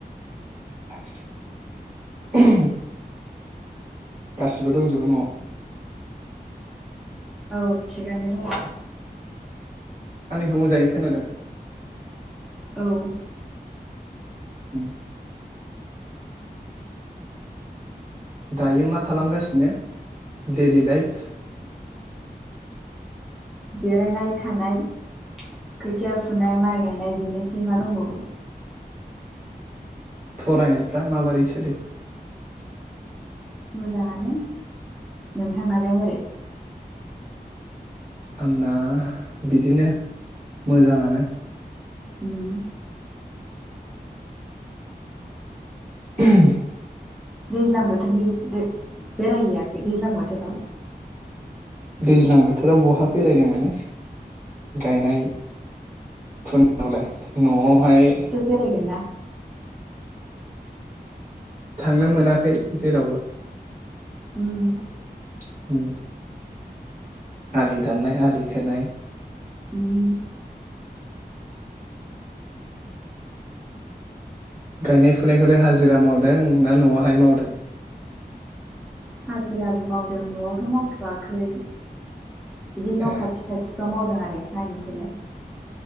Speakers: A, on the right (about 55°); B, in the centre.
A: <inaudible> गासिबो दंजोबो न'आव
B: औ थिगानो दङ
A: आंनिखौ मोजाङै खोनादों
B: औ
A: उ <inaudible> दायो मा खालामगासिनो डेलि लाइफ
B: जिरायनाय थानाय खोथिया फुनाय माइ गायनाय बेनोसै मा दंबावो
A: फरायनायफ्रा माबोरै सोलिदों
B: मोजाङानो नोंथांनालाय मोरै
A: आंना बिदिनो मोजाङानो
B: उम
A: <inaudible>
B: दैज्लां बोथोरनि बेरायहैयाखै दैज्लां बोथोराव
A: दैज्लां बोथोराव बहा बेरायनो मोनो गायनाय फोरावलाय न'आवहाय
B: बेरायायगोना
A: थांनो मोनाखै जेरावबो
B: उ <inaudible>
A: <inaudible> आलि दाननाय आलि खोनाय
B: हम <inaudible>
A: गायनाय फुनायखौलाय हाजिरा मावदों ना न'आवहाय मावदों
B: हाजिराबो मावदों न'आवथ' मावथ'वाखै बिदिनो
A: ए
B: न' खाथि खाथि बेयाव मावदों आरो एफा एनैखौलाय